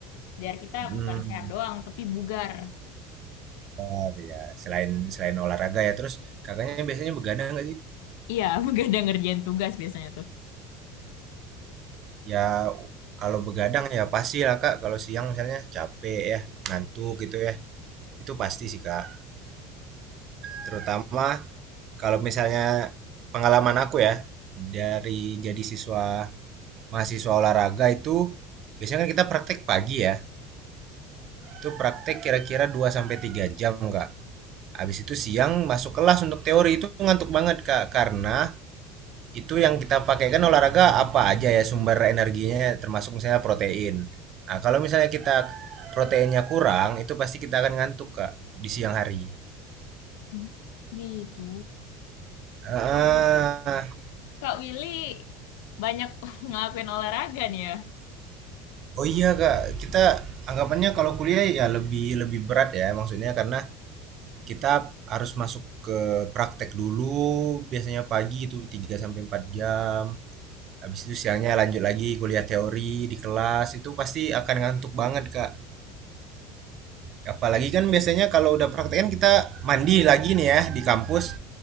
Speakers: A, on the left; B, on the right.
A: biar kita
B: hmm.
A: bukan sehat doang tapi bugar
B: Bentar, ya. Selain selain olahraga ya, terus kakaknya biasanya begadang nggak sih?
A: iya <laughs> begadang ngerjain tugas biasanya tuh
B: Ya kalau begadang ya pasti lah kak. Kalau siang misalnya capek ya, ngantuk gitu ya. itu pasti sih kak terutama kalau misalnya pengalaman aku ya dari jadi siswa mahasiswa olahraga itu biasanya kan kita praktek pagi ya itu praktek kira-kira 2 sampai 3 jam kak habis itu siang masuk kelas untuk teori itu ngantuk banget kak karena itu yang kita pakai kan olahraga apa aja ya sumber energinya termasuk misalnya protein nah kalau misalnya kita proteinnya kurang itu pasti kita akan ngantuk kak di siang hari
A: Hmm. gitu
B: ah
A: oh berarti Kak Willy banyak <laughs> ngelakuin olahraga nih ya
B: Oh iya Kak, kita anggapannya kalau kuliah ya lebih lebih berat ya maksudnya karena kita harus masuk ke praktek dulu biasanya pagi itu 3 sampai 4 jam. Habis itu siangnya lanjut lagi kuliah teori di kelas itu pasti akan ngantuk banget Kak. Apalagi kan biasanya kalau udah praktek kan kita mandi lagi nih ya di kampus.